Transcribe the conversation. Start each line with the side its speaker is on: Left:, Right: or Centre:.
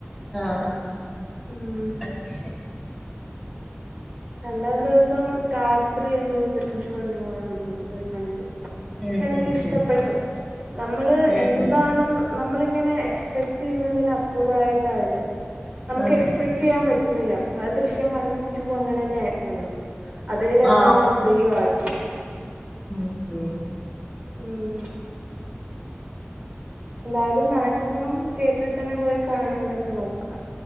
Centre: ആഹ്
Right: ഉം
Centre: അത് ശ
Right: രണ്ടാം ദിവസം രാത്രി എന്തോ സെക്കൻ് ഷോ എന്തോ ആണന്ന് തോന്ന് ണു പോയി കണ്ടു. പക്ഷെ
Centre: ഉം
Right: എനിക്ക്
Centre: ഉം ഉം
Right: ഇഷ്ടപ്പെട്ടു. നമ്മള്
Centre: ഉം ഉം
Right: എന്താണെന്ന് നമ്മളിങ്ങനെ എക്സ്പെക്ട് ചെയ്യ്ന്നതിന് അപ്പൂർവായിട്ടാത്. നമുക്ക്
Centre: ഉം
Right: എക്സ്പെക്ടെയ്യാൻ
Centre: ഉം
Right: പ റ്റ്ണില്ലാ. അഹ് ദൃശ്യം വണ്ണും, ടൂവും അങ്ങനെ ന്നെ ആയിര്ന്നല്ലോ? അതേ ലെവലെന്നെ
Centre: ആഹ്
Right: ത്രീയും ആക്കി.
Centre: ഉം ഉം
Right: ഉം ന്തായാലും മാക്സിമം തിയേറ്റർൽ തന്നെ പോയി കാണാനൊക്കെ നോക്കാ.